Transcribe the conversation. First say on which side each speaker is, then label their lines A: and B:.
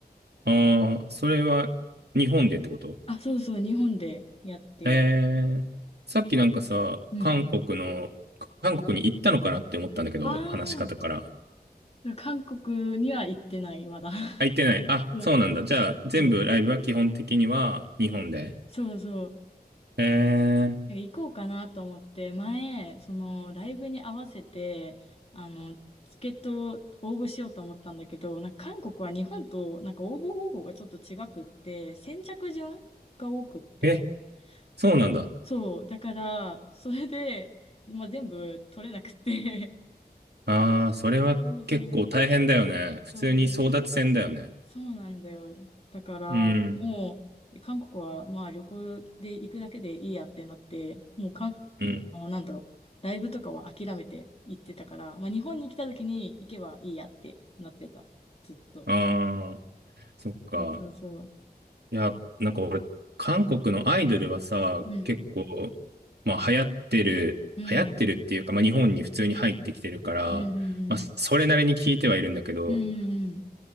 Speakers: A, on the right (about 80°); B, on the left (about 35°).
A: ああ、それは日本でってこと
B: あ、そうそう、日本でやって。
A: えー、さっきなんかさ、
B: うん。
A: 韓国の、韓国に行ったのかなって思ったんだけど、
B: あ
A: 話し方から。
B: あ。韓国には行ってない、まだ。<laughs>
A: あ、行ってない。あ、
B: そう
A: そうなんだ。じゃあ、全部ライブは基本的には日本で。
B: そう、そうそう。
A: え
B: なんか行こうかなと思って、前、その、ライブに合わせて、あの、チケットを応募しようと思ったんだけど、なんか韓国は日本と、なんか応募方法がちょっと違くって、先着順が多くって、
A: ー、え、そうなんだ。
B: そう、そう、だから、それで、まあ、全部取れなくて、
A: あー、それは結構大変だよね。
B: <laughs> そうそう、
A: 普通に争奪戦だよね。
B: そうそうなんだよ。だから、
A: うん、
B: もう、韓国は、まあ、旅行で行くだけでいいやってなって、もう、かん、
A: うん。
B: あの、なんだろう、ライブとかは諦めて行ってたから、まあ、日本に来た時に行けばいいやってなってた。ずっと。
A: あー、そっか。
B: そうそうそう。
A: いや、なんか俺、韓国のアイドルはさ、
B: うん。
A: 結構、まあ流行ってる、
B: うん。
A: 流行ってるっていうか、まあ日本に普通に入ってきてるから、
B: うんうん
A: まあそれなりに聞いてはいるんだけど、
B: うん。うん